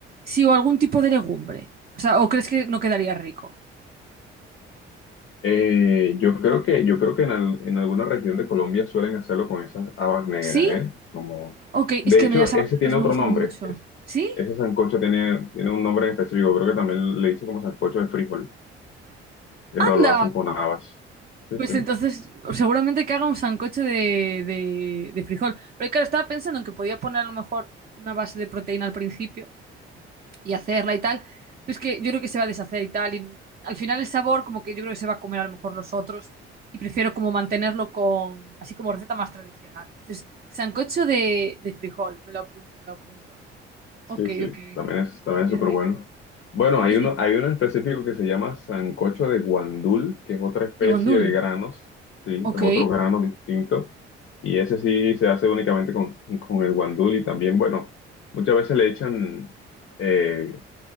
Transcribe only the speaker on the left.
Eh, yo creo que, yo creo que en, al- en alguna región de Colombia suelen hacerlo con esas habas negras,
¿eh? Como,
de
hecho,
ese
tiene
otro
nombre.
es-
ese sancocho tiene, tiene un nombre en específico. Creo que también le dicen como sancocho de frijol, pero
lo hacen con habas. Sí,
sí.
Sí,
sí,
también es, también es
súper
bueno. Bueno,
hay
uno, hay uno en específico que se llama sancocho de guandul, que es otra especie
de granos, sí,
es otro grano distinto. Y ese sí se hace únicamente con, con el guandul y también, bueno, muchas veces le echan eh,